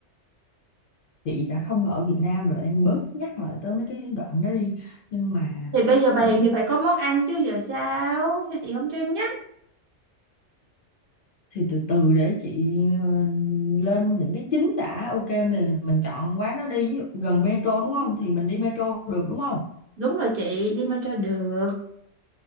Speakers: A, on the left; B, on the right.
A: chị đã không ở Việt Nam rồi em bớt nhắc lại tới mấy cái đoạn đó đi nhưng mà
B: thì bây giờ bàn
A: ừ,
B: thì phải có món ăn chứ giờ sao sao chị không cho em nhắc
A: thì từ từ để chị ờ, lên những cái chính đã ok mình mình chọn quán đó đi Ví dụ gần metro đúng không thì mình đi metro được đúng không
B: đúng rồi chị đi metro được